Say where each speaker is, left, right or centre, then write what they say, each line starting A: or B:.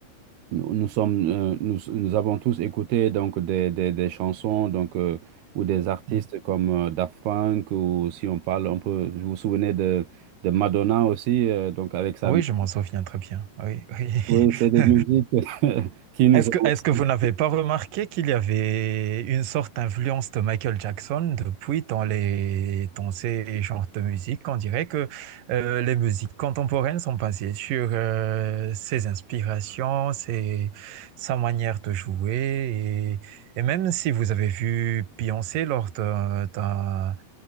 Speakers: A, on the right (about 80°); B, on the right (about 65°).
A: nous, nous sommes, euh, nous, nous avons tous écouté donc des, des, des chansons donc euh, ou des artistes
B: Mm.
A: comme euh, Daft Punk ou si on parle, on peut, vous vous souvenez de, de Madonna aussi euh, donc avec sa
B: Oui,
A: musique.
B: je m'en souviens très bien. Oui, oui.
A: Oui, c'est des
B: <laughs>
A: musiques <laughs> qui nous
B: Est-ce
A: ont
B: que,
A: aussi.
B: est-ce que vous n'avez pas remarqué qu'il y avait une sorte d'influence de Michael Jackson depuis dans les, dans ces genres de musique? On dirait que euh, les musiques contemporaines sont basées sur euh, ses inspirations, ses- sa manière de jouer. Et, et même si vous avez vu Beyoncé lors d'un, d'un-